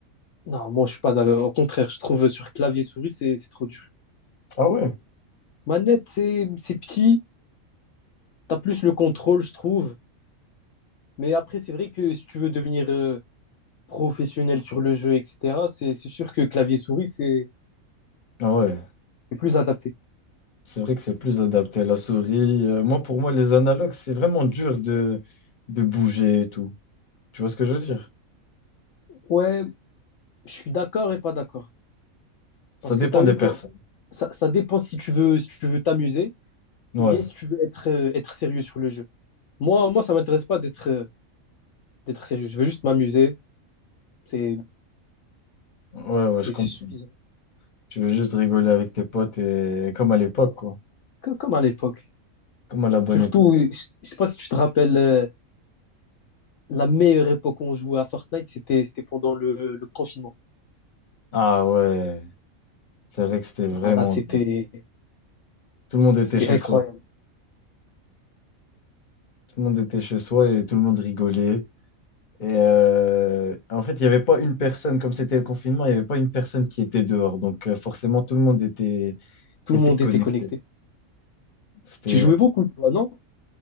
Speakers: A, on the left; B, on the left.
A: Non, moi, je suis pas d'accord. Au contraire, je trouve sur clavier souris, c'est c'est trop dur.
B: Ah ouais?
A: Manette, c'est c'est petit. T'as plus le contrôle, je trouve. Mais après, c'est vrai que si tu veux devenir euh, professionnel sur le jeu, etc., c'est c'est sûr que clavier-souris, c'est
B: Ah ouais.
A: c'est plus adapté.
B: C'est vrai que c'est plus adapté à la souris. Euh, moi, pour moi, les analogues, c'est vraiment dur de, de bouger et tout. Tu vois ce que je veux dire?
A: Ouais, je suis d'accord et pas d'accord.
B: Ça
A: Parce
B: dépend
A: que tu as
B: des
A: vu,
B: personnes.
A: quand... ça, ça dépend si tu veux si tu veux t'amuser
B: Ouais,
A: ou bien si tu veux être, euh, être sérieux sur le jeu. Moi, moi ça m'intéresse pas d'être euh, d'être sérieux. Je veux juste m'amuser. C'est
B: ouais, ouais,
A: c'est
B: je comprends.
A: c'est suffisant.
B: Tu veux juste rigoler avec tes potes et comme à l'époque, quoi.
A: Co- Comme à l'époque.
B: Comme à la bonne
A: Surtout,
B: époque.
A: je je sais pas si tu te rappelles, euh, la meilleure époque où on jouait à Fortnite, c'était c'était pendant le, le confinement.
B: Ah ouais, c'est vrai que c'était vraiment...
A: Ah, là, c'était
B: Tout le monde était
A: c'était
B: chez
A: incroyable.
B: soi. Tout le monde était chez soi et tout le monde rigolait. Et euh, en fait, il n'y avait pas une personne, comme c'était le confinement, il n'y avait pas une personne qui était dehors. Donc euh, forcément, tout le monde était,
A: Tout
B: était
A: le monde
B: connecté.
A: était connecté.
B: C'était
A: Tu jouais beaucoup, toi, non?